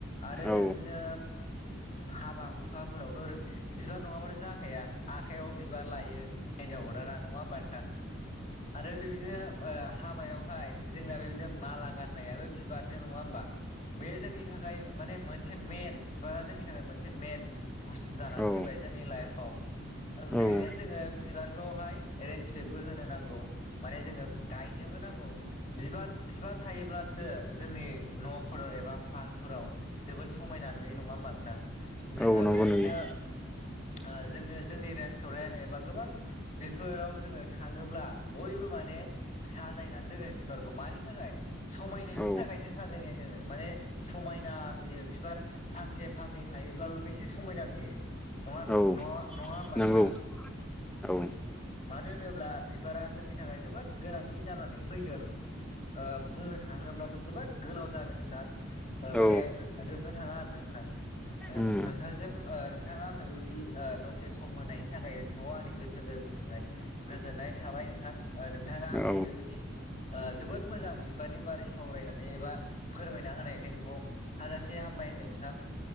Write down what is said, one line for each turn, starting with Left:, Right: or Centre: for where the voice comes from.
Left: आरो
Centre: औ
Left: बे बायदिनो हाबा हुखाफोरावथ' बिबार नङाब्लाथ' जाखाया आखाइयाव बिबार लायो हिनजाव गोदाना नङा होनबा नोंथां? आरो बे बायदिनो ओ हाबायावहाय जोंना बे बायदिनो माला गाननायाबो बिबार सो नङा होमबा? बे जोंनि थाखाय माने मोनसे मेन, बिबार जोंनि थाखाय मोनसे मेन बुस्थु जानानै
Centre: औ
Left: फैबाय। जोंनि लाइफआव।
Centre: औ
Left: ओंखायनो जोङो बिबारखौहाय रेसपेक्टबो होनो नांगौ माने जोङो गायनो बो नांगौ। बिबार बिबार थायोब्लासो जोंनि न'फोराव एबा पार्कफोराव जोबोद समायना नुयो नङा होमबा नोंथां? जोङो
Centre: औ नंगौ
Left: बे बायदिनो
Centre: नुयो
Left: ओ जोङो जोंनि रेस्टुरेन्ट एबा गोबां बेफोराव जोङो थाङोब्ला बयबो माने साजायनानै दोनो बिबारखौ मानि थाखाय समायनायनि
Centre: औ
Left: थाखायसो साजायनाय दोनो माने समायना नुयो बिबार फांसे फांनै थायोब्लाबो बेसे समायना नुयो नङा नङा
Centre: औ
Left: नङा होमबा
Centre: नंगौ
Left: नोंथां?
Centre: औ।
Left: मानो होनोब्ला बिबारा जोंनि थाखाय जोबोद गोनांथि जानानै फैदों। ओ बुंनो थाङोब्लाथ' जोबोद गोलाव जागोन नोंथां। ओ माने
Centre: औ
Left: जोबनो थाङा आरो ना नोंथां। ओं
Centre: उम
Left: नोंथांजों ओ नोंथाङा आंनो बे बायदि ओ दसे सम होनायनि थाखाय नोंथांखौ आंनि गोसो गोरबो गोजोननाय थाबाय नोंथां। ओ नोंथाङा आंनो
Centre: औ
Left: बे बायदि ओ जोबोद मोजां बिबारनि बारै सावरायनानै एबा फोरमायना होनायखाय नोंखौ हाजासे हाम बाय होनदों नोंथां।